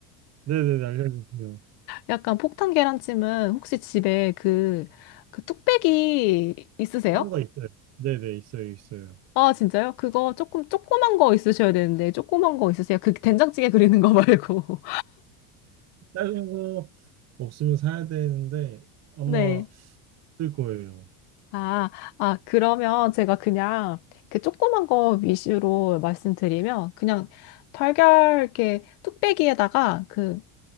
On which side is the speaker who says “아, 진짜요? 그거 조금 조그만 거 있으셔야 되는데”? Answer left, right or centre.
Left